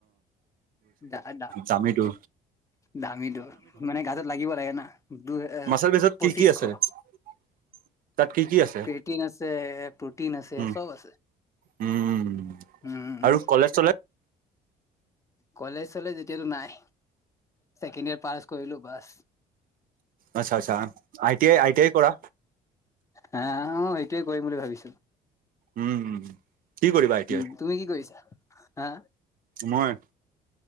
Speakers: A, on the left; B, on the right.
A: দা দা
B: দামিটো?
A: দামীটো মানে গাতত লাগিব লাগে না দুই
B: মাচল বেজত
A: পঁচিশশ
B: কি কি আছে <inaudible> কি কি আছে
A: প্ৰেটিন আছে প্ৰোটিন আছে
B: উম
A: চব আছে।
B: উম
A: উম
B: আৰু কলেজ চলে
A: কলেজ চলেজ এতিয়াতো নাই। চেকেণ্ড ইয়াৰ পছ কৰিলো বছ
B: আচ্ছা আচ্ছা আ টি আ আই টি আই কৰা
A: হা অ সেইটোৱে কৰিম বুলি ভাবিছো।
B: উম উম উম। কি কৰিবা আই টি
A: উ
B: আইত
A: তুমি কি কৰিছা হা‌?
B: মই